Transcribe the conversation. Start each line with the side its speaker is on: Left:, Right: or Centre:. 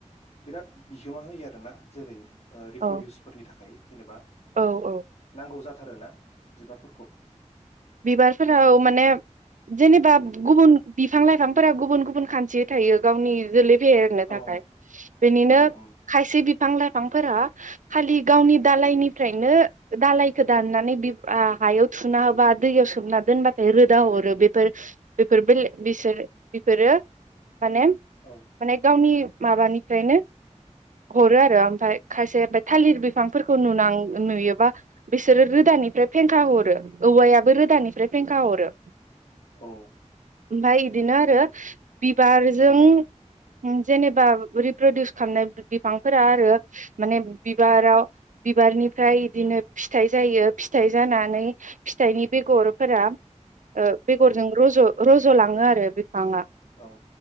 Left: बिराद बिहोमा होयो आरोना जेरै- अ रिप्रदिउसफोरनि
Right: औ
Left: थाखाय जेनेबा
Right: औ औ
Left: नांगौ जाथारोना बिबारफोरखौ
Right: बिबारफोराव माने जेनेबा गुबुन बिफां लाइफांफोरा गुबुन गुबुन खान्थि थायो गावनि जोलै फेहेरनो थाखाय
Left: औ
Right: बिनिनो
Left: औ उम
Right: खायसे बिफां लाइफांफोरा खालि गावनि दालायनि- फ्रायनो दालायखौ दाननानै बिफा हायाव थुना होबा दैयाव सोमना दोनबाथाय रोदा हरो बेफोर-बेफोर बेले बिसोर बिफोरो माने-माने
Left: औ
Right: गावनि माबानिफ्रायनो हरो आरो ओमफ्राय खायसे थालिर बिफांफोरखौ नुनां नुयोबा बिसोरो रोदानिफ्राय फेंखा हरो औवाया- बो रोदानिफ्राय फेंखा हरो
Left: औ
Right: ओमफफ्राय बिदिनो आरो बिबारजों जेनेबा रिप्रदिउस खालामनाय बिफांफोरा आरो माने बिबाराव बिबारनिफ्राय बिदिनो फिथाइ जायो फिथाइ जानानै फिथाइनि बेगरफोरा बेगरजों
Left: औ
Right: रज रज लाङो आरो बिफाङा
Left: औ